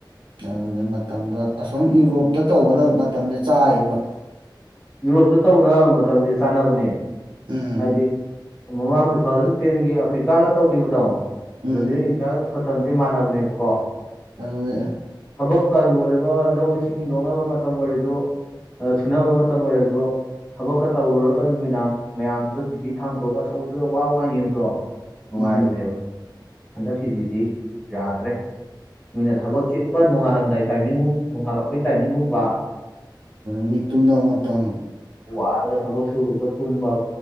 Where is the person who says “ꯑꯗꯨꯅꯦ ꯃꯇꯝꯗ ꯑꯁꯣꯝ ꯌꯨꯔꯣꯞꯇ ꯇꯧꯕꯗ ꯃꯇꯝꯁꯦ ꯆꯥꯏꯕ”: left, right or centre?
Right